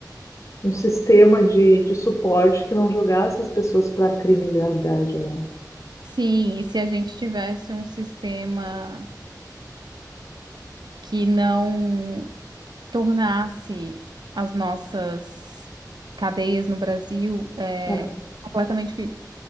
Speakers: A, on the left; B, on the right.
A: um sistema de, de suporte que não jogasse as pessoas para a criminalidade, né?
B: Sim, e se a gente tivesse um sistema que não tornasse as nossas cadeias no Brasil é,
A: Aham.
B: completamente